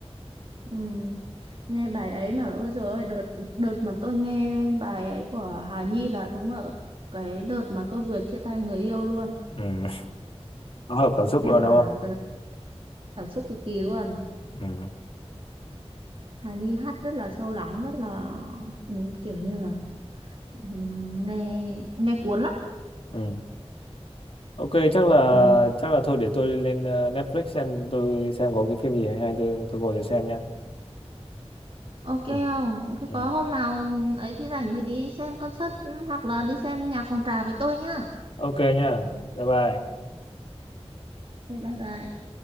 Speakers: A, on the right; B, on the left.
A: Ừ. Nghe bài ấy mà ôi dồi ôi đợt đợt mà tôi nghe bài ấy của Hà Nhi là đúng là cái đợt mà tôi vừa chia tay người yêu luôn.
B: ừ, nó hợp cảm xúc
A: Em
B: luôn
A: mà
B: đúng không
A: trời, cảm xúc cực kỳ luôn.
B: ừ.
A: Hà Nhi hát rất là sâu lắng rất là ừ, kiểu như là ừ, nghe nghe cuốn lắm
B: ừ ok chắc là
A: Ừ,
B: chắc là thôi để tôi lên à, Netflix xem tôi xem có cái phim gì hay hay tôi tôi ngồi để xem nha
A: ok không
B: ừ,
A: thế
B: ừ.
A: có hôm nào ấy thì rảnh thì đi xem concert ừ, hoặc là đi xem nhạc phòng trà với tôi nhá
B: ok nha bye bye
A: Ok bye bye